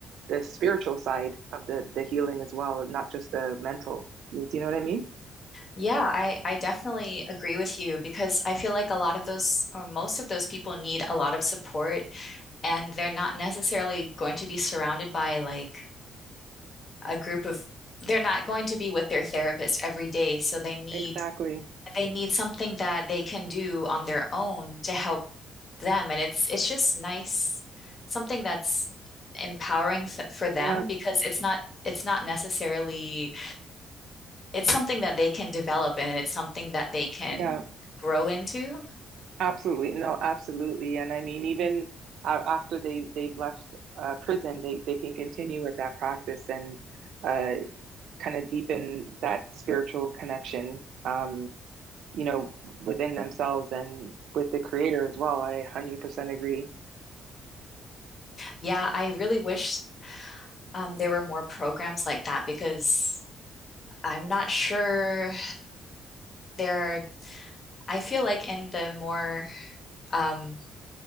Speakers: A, on the right; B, on the left.
A: the spiritual side of the the healing as well, and not just the mental. Do you know what I mean?
B: Yeah, I, I definitely agree with you because I feel like a lot of those, or most of those people need a lot of support, and they're not necessarily going to be surrounded by like a group of, they're not going to be with their therapist every day. So they need
A: Exactly.
B: they need something that they can do on their own to help them and it's it's just nice something that's empowering s- for them
A: Yeah,
B: because it's not it's not necessarily it's something that they can develop and it's something that they can
A: yeah,
B: grow into.
A: absolutely. No, absolutely. And I mean, even uh, after they they've left uh, prison, they they can continue with that practice and uh, kind of deepen that spiritual connection. Um, you know, within themselves and with the creator as well. I 100% agree.
B: Yeah, I really wish um, there were more programs like that because I'm not sure there are I feel like in the more, um,